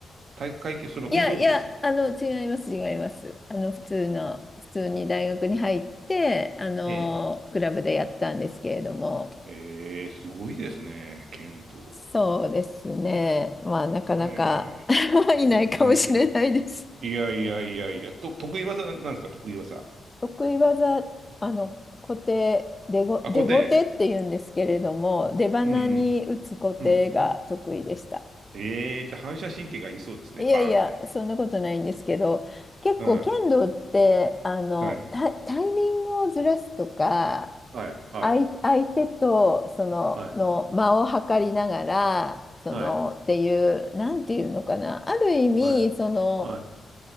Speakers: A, on the right; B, on the left.
A: 体育会系、その運動部ですか。
B: いや、いや、あの、違います、違います。あの、普通の、普通に大学に入って、あの、
A: ええ。
B: クラブでやったんですけれども。
A: えーすごいですね、剣道。
B: そうですね。まあ、なかなか
A: へえ。
B: <laughs> いないかもしれないです。
A: うん、うん、うん。いやいやいやいや、と、得意技ななんですか、得意技。
B: 得意技、あの、小手、出ご、
A: あ、
B: 出小手って言うんですけれども、
A: 固定。
B: 出鼻に打つ小手が得意でした。
A: うん、うん、うん。ええ、じゃあ反射神経がいりそうですね、
B: いやいや、
A: バーンって。
B: そんなことないんですけど、結構剣道って、
A: うん。
B: あの、
A: はい。
B: タ、タイミングをずらすとか、
A: はい、はい、
B: 相、相手と、その、
A: はい、
B: の間を測りながら、その、
A: はい、
B: っていう、なんていうのかな、ある意味、
A: はい、
B: その、
A: は